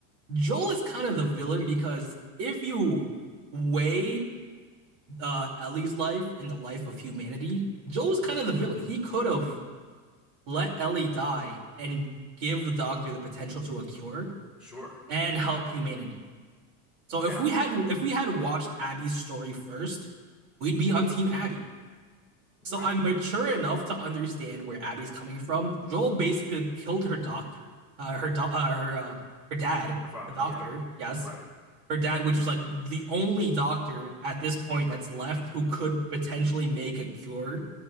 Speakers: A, on the right; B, in the centre.
A: Joel is kind of the villain because if you weigh uh, Ellie's life and the life of humanity, Joel's kind of the villain. He could have let Ellie die and give the doctor the potential to a cure
B: Sure.
A: and help humanity. So
B: Yeah.
A: if we had if we had watched Abby's story first, we'd be on team Abby.
B: Right.
A: So I'm mature enough to understand where Abby's coming from. Joel basically killed her doctor, uh, her do- uh, her uh, her dad,
B: Her father.
A: the doctor,
B: Yeah.
A: yes,
B: Right.
A: her dad, which was like the only doctor at this point that's left who could potentially make a cure